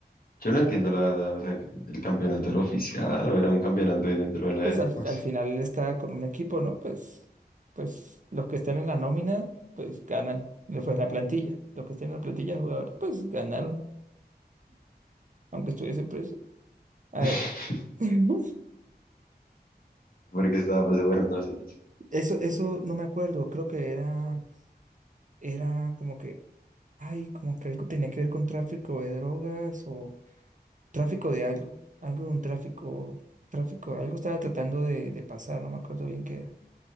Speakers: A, on the left; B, on the right.
A: Yo no entiendo la verdad, o sea, que el campeonato era oficial o era un campeonato ahí dentro de la
B: pues
A: esta,
B: al,
A: no
B: al
A: sé.
B: final él está con un equipo, ¿no? Pues, pues los que están en la nómina, pues ganan. No fue la plantilla. Los que están en la plantilla de jugadores, pues ganaron, aunque estuviese preso. A
A: <laughs>
B: ver, <laughs>
A: Porque estaba preso, bueno, no sé. no sé.
B: eso, eso no me acuerdo. Creo que era, era como que, ay, como que algo tenía que ver con tráfico de drogas o tráfico de algo. Algo de un tráfico, tráfico, algo estaba tratando de, de pasar, no me acuerdo bien qué era.